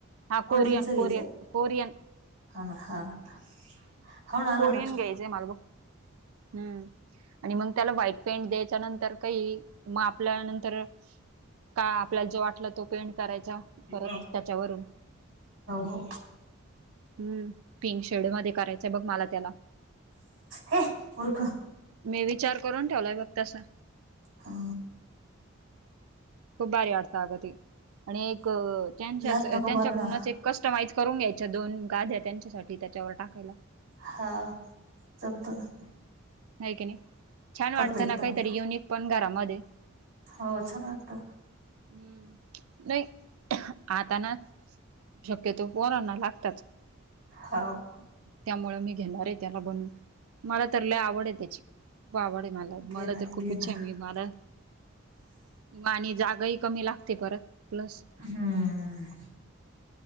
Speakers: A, on the right (about 85°); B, on the right (about 65°).
A: हा.
B: फोल्डिंगच
A: कोरीयन,
B: घ्यायचं
A: कोरीयन. कोरीयन.
B: हा, ना. हा. ना. हो ना आलं
A: कोरियन
B: लक्षात
A: घ्यायचंय माल बघ. हम्म. आणि मग त्याला व्हाईट पेंट द्यायचा. नंतर काही, मग आपल्या नंतर का, आपल्याला जो वाटला तो पेंट करायचा परत
B: हा,
A: त्याच्यावरून
B: हो.
A: हम्. तीन शेड मध्ये करायचा बघ. मला त्याला.
B: हे मूर्ख
A: मी विचार करून ठेवलाय बघ तसं.
B: हा.
A: खूप बारी वाटतं आगं ते. आणि एक, त्यांच्या
B: लात
A: असं,
B: नको
A: त्यांच्याकडूनच
B: मारू ना
A: एक कस्टमाइज करून घ्यायच्या दोन, गादया त्यांच्यासाठी त्याच्यावर टाकायला.
B: हा, जमतं ना ते.
A: नाही की नाही. छान वाटत
B: भेटताना
A: ना, काहीतरी युनिक पण घरामध्ये.
B: हो, छान वाटतं.
A: हम्म. नाही, आता ना शक्यतो पोरांना लागताच.
B: हाव.
A: त्यामुळं मी घेणारय त्याला बनवून. मला तर लय आवड आहे खूप आवडय. मला
B: घे
A: मला
B: ना
A: तर खूप
B: घे
A: इच्छाय.
B: ना
A: मला. मा आणि जागाही कमी लागते परत, प्लस.
B: हम्म.